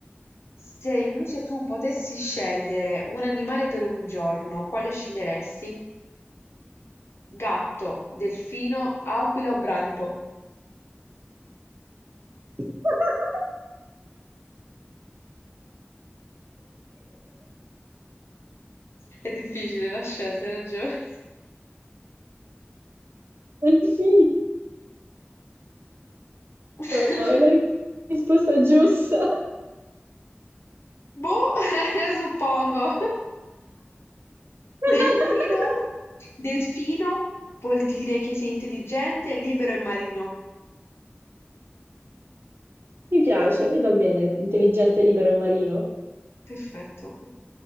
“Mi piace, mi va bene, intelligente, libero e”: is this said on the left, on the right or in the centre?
Right